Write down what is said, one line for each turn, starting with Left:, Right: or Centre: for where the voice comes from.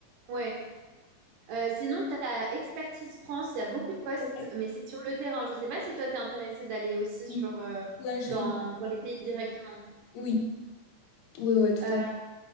Right: Ouais. Euh, sinon, tu as Expertise France, il y a beaucoup de postes,
Left: Ouais.
Right: mais c'est sur le terrain. Je ne sais pas si toi, tu es intéressé d'aller aussi sur,
Left: Oui.
Right: euh,
Left: Ouais, je
Right: dans,
Left: serais-
Right: dans les pays directement.
Left: Oui, ouais, ouais, tout
Right: Euh,
Left: à fait.